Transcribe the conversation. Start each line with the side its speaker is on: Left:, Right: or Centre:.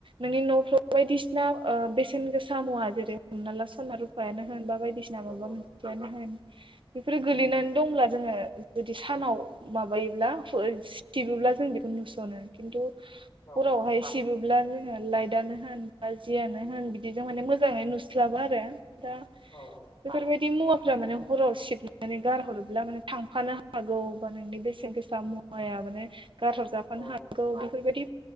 Right: नोंनि न'फ्राव बायदिसिना ओ बेसेन गोसा मुवा जेरै हमना ला सना रुफायानो होन बा बायदिसिना
Left: नंगौ
Right: माबा माबियानो होन
Left: <inaudible>
Right: बेफोरो गोलैनानै दंब्ला जोङो जुदि सानाव माबायोब्ला सिटिबोब्ला जों बेखौ नुसनो खिन्थु
Left: औ
Right: हरावहाय सिब ब्ला जोङो लाइदानो होन बा जियानो होन बिदिजों माने मोजाङै नुस्लाबा आरो दा
Left: औ
Right: बेफोरबायद दि मुवाफ्रा माने हराव सिबनानै गारहरोब्ला माने थांफानो हागौ बा नोंनि बेसेन गोसा मुवा माइआ माने गारहरजफानो
Left: औ
Right: हागौ बेफोरबायदि